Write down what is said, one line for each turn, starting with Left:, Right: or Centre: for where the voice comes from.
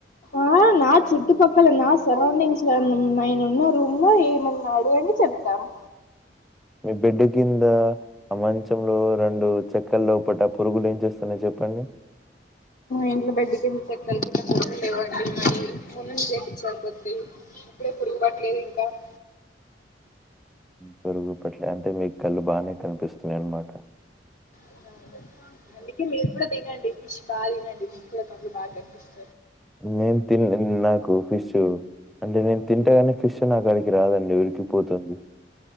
Left: ఆ నా చుట్పక్కల నా సరౌండింగ్స్ లో నైను ఉన్న రూమ్ లో ఏమన్నా అడుగండి చెప్తను
Centre: మీ బెడ్డు కింద ఆ మంచంలో రెండు చెక్కల్లోపట ఆ పురుగులు ఏం చేస్తాన్నాయ చెప్పండి
Left: ఇంట్లో బడ్డి కింది చెక్క ఉండేవండి మీ మన్నం చేయిపంచాను కొద్ది ఇప్పుడే పురుగువట్లేదు ఇంకా <inaudible>
Centre: పొరుగు పట్ల అంటే మీకు కళ్ళు బానే కనిపిస్తున్నాయి అన్నమాట
Left: వు అందుకే మీరు కూడా తినండి ఫిష్ బాగా తినండి మీకు కూడా బాగా కనిపిస్తాంది
Centre: నేను తి నాకు ఫిష్ అంటే నేను తింటగానే ఫిష్ నకడికి రాదండి ఉరికిపోతుంది